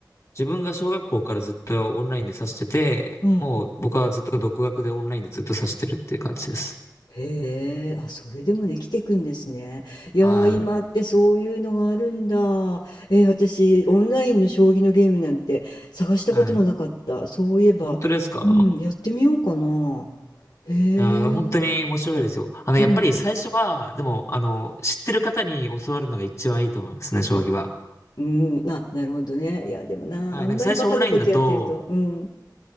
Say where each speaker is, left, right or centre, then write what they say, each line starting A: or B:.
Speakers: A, on the left; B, on the left.
A: 自分が小学校からずっとオンラインで指してて、
B: うん。
A: もう僕はずっと独学でオンラインでずっと指してるっていう感じです。
B: へえ、あ、それでもできてくんですね。いやー、
A: はい。
B: 今ってそういうのがあるんだ。え、私、オンラインの将棋のゲームなんて探したこともなかった。
A: はい。
B: そういえば、
A: 本当ですか
B: うん、やってみようかな。へ
A: いやー、本当に面白いですよ。
B: え。
A: あの、
B: うん。
A: やっぱり最初は、でも、あの、知ってる方に教わるのが一番いいと思いますね、将棋は。
B: うーん、あ、なるほどね。いや、でもな、
A: はい、
B: あんまりバカなことやってると、
A: なんか最初オンラインだと、
B: うん、